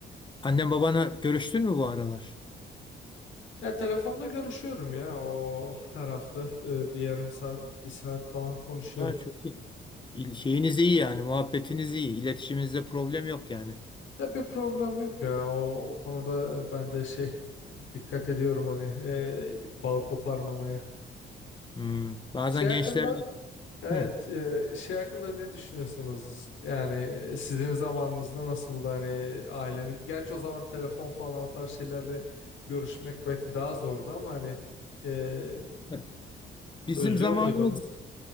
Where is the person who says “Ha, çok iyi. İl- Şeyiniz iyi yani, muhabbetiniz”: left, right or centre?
Left